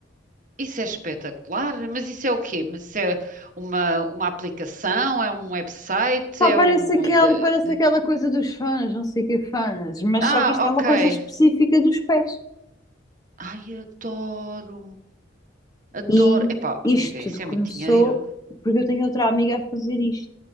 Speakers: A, on the right; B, on the left.
A: Isso é espetacular. Mas isso é o quê? Mas isso é uma, uma aplicação? É um website?
B: Pá,
A: É
B: parece
A: um.
B: aquele,
A: de-
B: parece aquela coisa dos fãs, não sei o que fãs, mas
A: Ah,
B: só que isto é
A: ok.
B: uma coisa específica dos pés.
A: Ai, adoro. Adoro.
B: E
A: Epá, amiga,
B: isto
A: isso
B: tudo começou
A: é muito dinheiro.
B: porque eu tenho outra amiga a fazer isto.